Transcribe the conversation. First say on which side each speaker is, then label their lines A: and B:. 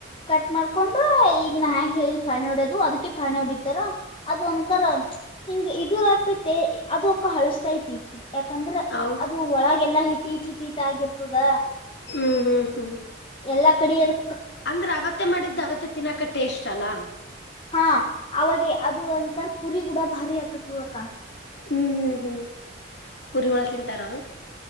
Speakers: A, on the left; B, on the left.
A: ಕಟ್ ಮಾಡ್ಕೊಂಡು ಈಗ ನಾ ಹೆಂಗೆ ಹೇಳ ಪಣ ಹೊಡೋದು ಅದಕ್ಕೆ ಪಣ್ ಹೊಡಿತಾರ ಅದ ಅನ್ಕಾರರ ಹಿಂಗ ಇದು ರಟ್ಟುತ್ತೆ ಅದುಕ್ಕ ಹಳಸ್ತೈತಿ ಯಾಕಂದ್ರ
B: ಹೌ
A: ಅದು ಒಳಗೆಲ್ಲಾ ಹಿಟ್ಟಿಟ್ ಹಿಟ್ಟಿ ಹಿಟ್ಟ ಆಗಿರ್ತದ
B: ಹೂ ಹೂ ಹೂ
A: ಎಲ್ಲಾ ಕಡಿಯದು
B: ಅಂದ್ರೆ ಅವತ್ತ ಮಾಡಿದ್ದು ಅವತ್ತ ತಿನ್ನಾಕ ಟೇಸ್ಟ್ ಅಲ್ಲಾ
A: ಹಾ ಅವಾಗೆ ಅದು ಒಂತರ್ ಪುರಿ ಕೂಡ ಭಾರಿ ಆತತ್ಲಕ
B: ಹೂ ಹೂ ಹೂ ಪುರಿವಳ ತಿಂತಾರಾ